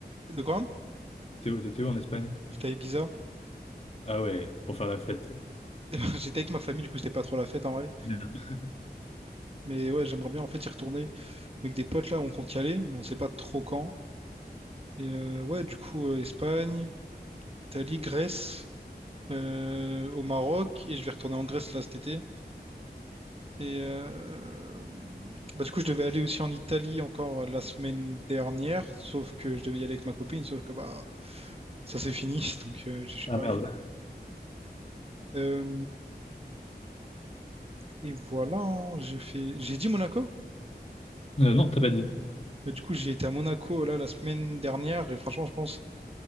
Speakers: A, on the right (about 35°); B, on the left (about 40°).
A: De quoi?
B: T'étais où, t'étais où en Espagne?
A: J'étais à Ibiza.
B: Ah ouais, pour faire la fête.
A: <laughs> J'étais avec ma famille, du coup, c'était pas trop la fête en vrai.
B: Merde.
A: Mais ouais, j'aimerais bien en fait y retourner. Avec des potes là, on compte y aller, mais on sait pas trop quand. Et euh, ouais, du coup, euh, Espagne, Italie, Grèce, euh, au Maroc. Et je vais retourner en Grèce là cet été. Et euh, bah, du coup, je devais aller aussi en Italie encore euh, la semaine dernière. Sauf que je devais y aller avec ma copine, sauf que bah, ça c'est fini. <laughs> Donc, euh, je suis
B: Ah
A: pas
B: merde.
A: allé. Euh, Et voilà, hein, j'ai fait... J'ai dit Monaco?
B: Euh, non, t'as pas dit.
A: Mais du coup, j'ai été à Monaco là la semaine dernière et franchement, je pense